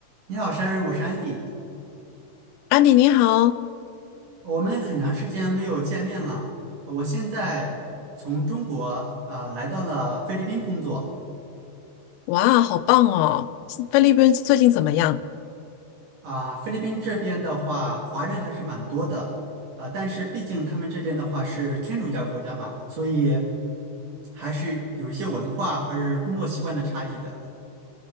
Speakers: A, on the right (about 60°); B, on the left (about 85°).
A: 你好，Sharon，我是 Andy。
B: 安迪你好，
A: 我们很长时间没有见面了。我现在从中国啊、来到了菲律宾工作
B: 哇，好棒哦！菲律宾最近怎么样？
A: 啊、菲律宾这边的话，华人还是蛮多的啊、但是毕竟他们这边的话是天主教国家嘛，所以还是有一些文化和是工作习惯的差异的。